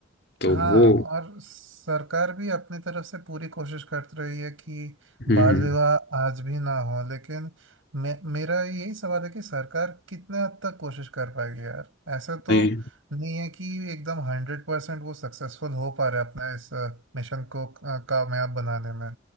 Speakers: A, on the left; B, on the right.
A: तो
B: हाँ
A: वो
B: और सरकार भी अपनी तरफ से पूरी कोशिश करती रही है कि
A: हम्म
B: बाल
A: हम्म,
B: विवाह आज भी ना हो लेकिन मे मेरा यही सवाल है कि सरकार कितने हद तक कोशिश कर पाएगी यार ऐसा तो
A: नहीं
B: नहीं है कि एकदम हंड्रेड परसेंट वो सक्सेसफुल हो पा रहे अपने इस मिशन को अ, कामयाब बनाने में